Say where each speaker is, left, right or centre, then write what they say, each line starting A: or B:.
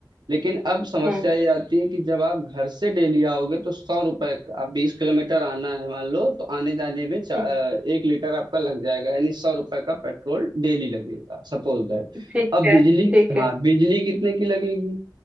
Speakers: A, on the right; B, on the right.
A: लेकिन अब समस्या
B: हम्म
A: ये आती है कि जब आप घर से डेली आओगे तो सौ रुपए का- आप बीस किलोमीटर आना है मान लो तो आने जाने में चा-
B: हम्म
A: एक लीटर आपका लग जाएगा यानी सौ रुपए का पेट्रोल डेली लगेगा सपोज दैट
B: ठीक
A: अब
B: है
A: बिजली
B: ठीक
A: हाँ
B: है
A: बिजली कितने की लगेगी